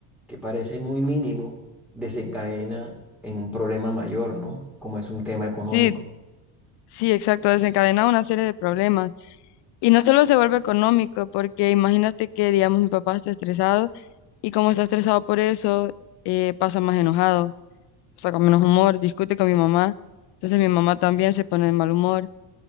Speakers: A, in the centre; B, on the left.
A: que parece muy mínimo, desencadena en un problema mayor, ¿no? Como es un tema económico.
B: Sí, sí, exacto, desencadena una serie de problemas. Y no solo se vuelve económico, porque imagínate que, digamos, mi papá está estresado y como está estresado por eso, eh, pasa más enojado, o sea, con menos humor, discute con mi mamá. Entonces mi mamá también se pone de mal humor